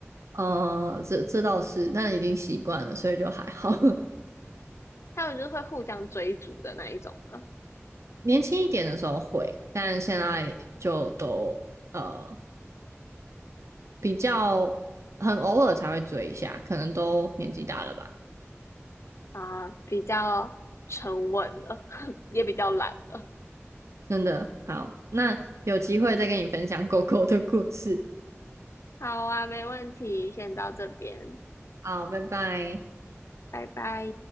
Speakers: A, on the right; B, on the left.
A: 呃，这这倒是，但已经习惯了，所以就还好。<laughs>
B: <laughs> 它们就是会互相追逐的那一种了
A: 年轻一点的时候会，但现在就都呃比较很偶尔才会追一下，可能都年纪大了吧。
B: 啊，比较沉稳了，<laughs> 也比较懒了。
A: 真的，好，那有机会再跟你分享狗狗的故事。
B: 好啊，没问题，先到这边，
A: 好，拜拜。
B: 拜拜。